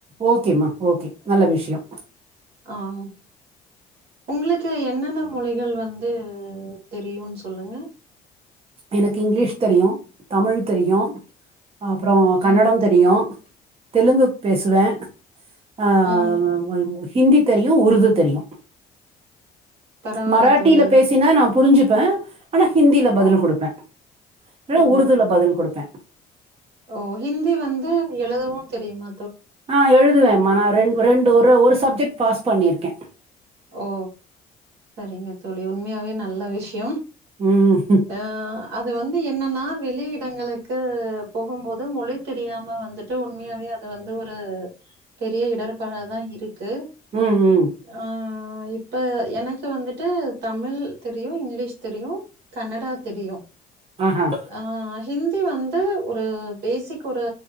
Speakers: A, on the right; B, on the right.
A: ஓகேம்மா ஓகே நல்ல விஷ்யோ.
B: ஆ ஓ உங்குளுக்கு என்னென்ன மொழிகள் வந்து தெரியுன் சொல்லுங்க.
A: எனக்கு இங்லீஷ் தெரியு தமிழ் தெரியு. அப்புறோ கன்னடோ
B: ம்,
A: தெரியு தெலுங்குப் பேசுவே. அ <unintelligible>
B: ம்.
A: ஹிந்தி தெரியு உருது தெரியு.
B: பரவால்ல
A: மராட்டில
B: தோழி.
A: பேசினா நா புரிஞ்சிப்பே ஆனா ஹிந்தில பதில்
B: ஓ,
A: குடுப்பே. இல்னா
B: ஓ,
A: உருதுல பதில் கொடுப்பே.
B: ஓ ஹிந்தி வந்து எழுதவு தெரிமா
A: ஆ எழுதுவேம்மா நா ரெண் ரெண்டு ஒரு ஒரு சப்ஜெட் பாஸ் பண்ணிருக்கே.
B: ஓ சரிங்க தோழி உண்மையாவே நல்ல விஷ்யோ.
A: ம்
B: அ அது வந்து என்னன்னா வெளி இடங்களுக்கு போகும்போது மொழி தெரியா ம வந்துட்டு உண்மையாவே அது வந்து ஒரு பெரிய இடர்பாடாதா இருக்கு.
A: ம் ம்.
B: ஆ இப்ப எனக்கு வந்துட்டு தமிழ் தெரியு இங்லீஷ் தெரியு கன்னடா தெரியு.
A: ஆ ஹ.
B: ஆ ஹிந்தி வந்து ஒரு பேசிக் ஒரு